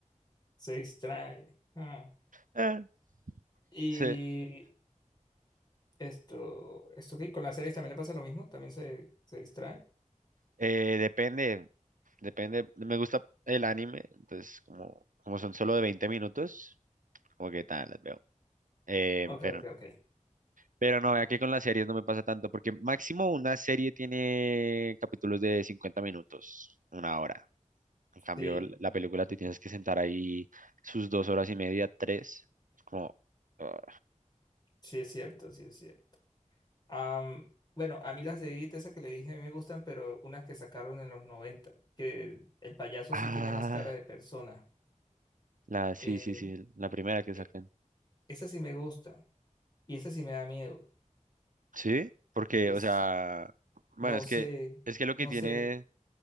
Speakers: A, on the left; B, on the right.
A: Se distrae. Ah.
B: Eh,
A: Y
B: sí,
A: esto, esto que con las series también le pasa lo mismo, también se, se distrae.
B: eh, depende, depende, me gusta el anime, entonces como, como son solo de 20 minutos, como que tal, las veo. Eh,
A: Ok,
B: pero
A: ok, ok.
B: Pero no, vea que con las series no me pasa tanto, porque máximo una serie tiene capítulos de 50 minutos, una hora. En cambio,
A: Sí.
B: l- la película te tienes que sentar ahí sus dos horas y media, tres. Es como, ah,
A: Sí es cierto, sí es cierto. Am, bueno, a mí las de Edith, esas que le dije, a mí me gustan, pero unas que sacaron en los 90 que el payaso
B: ah,
A: sí tiene más cara de persona.
B: la, sí,
A: Eh,
B: sí, sí, la primera que
A: e-
B: sacan.
A: esa sí me gusta y esa sí me da miedo.
B: Sí, porque,
A: Es,
B: o sea, bueno,
A: no
B: es
A: sé,
B: que, es que lo que
A: no
B: tiene,
A: sé,